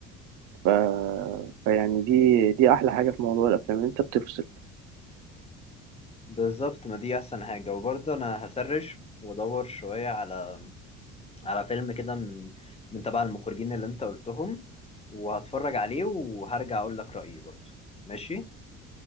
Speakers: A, on the right; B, on the left.
A: ف... فيعني دي دي احلى حاجه في موضوع الافلام إن انت بتفصل
B: بالظبط ما دي احسن حاجة وبرضه انا هسرش وادور شوية على على فيلم كده من من تبع المخرجين اللي انت قلتهم وهتفرج عليه وهرجع اقول لك رأيي برضه ماشي